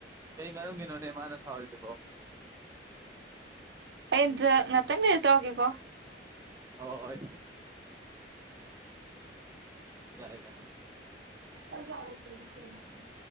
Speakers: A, on the right; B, on the right.
A: ꯀꯩ ꯃꯔꯝꯒꯤꯅꯣꯅꯦ ꯃꯥꯅ ꯁꯥꯎꯔꯤꯗꯨꯕꯣ
B: ꯑꯩ ꯑꯝꯇ ꯉꯥꯇꯪ ꯂꯩꯔꯒ ꯇꯧꯔꯛꯀꯦꯀꯣ
A: ꯑꯣ ꯍꯣꯏ ꯌꯥꯏ ꯌꯥꯏ
B: <inaudible>